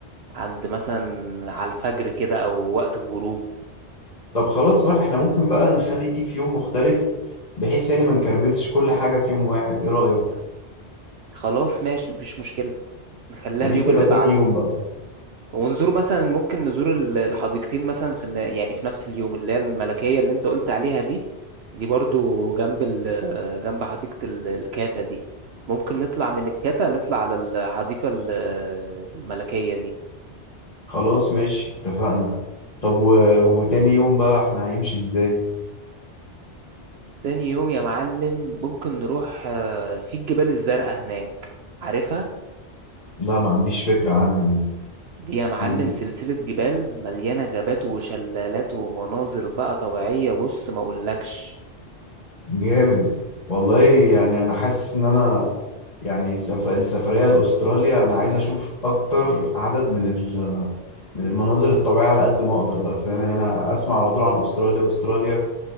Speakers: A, on the right; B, on the left.
A: عند مثلا على الفجر كده او وقت الغروب
B: طب خلاص بقى احنا ممكن بقى نخلي دي في يوم مختلف بحيث يعني ما نكربسش كل حاجة في يوم واحد ايه رأيك؟
A: خلاص ماشي مفيش مشكلة نخليها
B: يعني
A: اليوم
B: دي تبقى
A: اللي
B: تاني
A: بعده
B: يوم بقى
A: ونزور مثلا ممكن نزور ال- الحديقتين مثلا في الن- يعني في نفس اليوم اللي هي الملكية اللي انت قلت عليها دي دي برضو جنب ال جنب حديقة ال- الكاتا دي ممكن نطلع من الكاتا نطلع على الحديقة ال- الملكية دي
B: خلاص ماشي اتفقنا طب و... وتاني يوم بقى احنا هيمشي ازاي؟
A: تاني يوم يا معلم ممكن نروح آه، في الجبال الزرقاء هناك عارفها
B: لا ما عنديش فكرة عنها دي
A: دي يا معلم
B: دي
A: سلسلة جبال مليانة غابات وشلالات ومناظر بقى طبيعية بص ما اقولكش
B: جامد والله يعني انا حاسس ان انا يعني سف... السفرية لأستراليا أنا عايز أشوف أكتر عدد من ال... من المناظر الطبيعية على قد ما أقدر بقى فاهم يعني أنا أسمع على طول عن أستراليا أستراليا